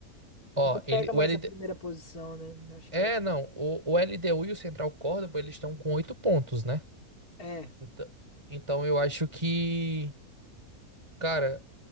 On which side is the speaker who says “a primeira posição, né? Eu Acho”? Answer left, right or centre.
Left